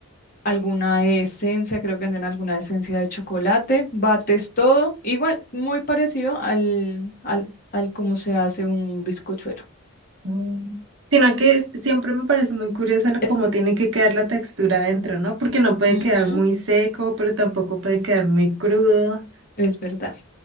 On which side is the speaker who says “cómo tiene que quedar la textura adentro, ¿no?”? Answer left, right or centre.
Right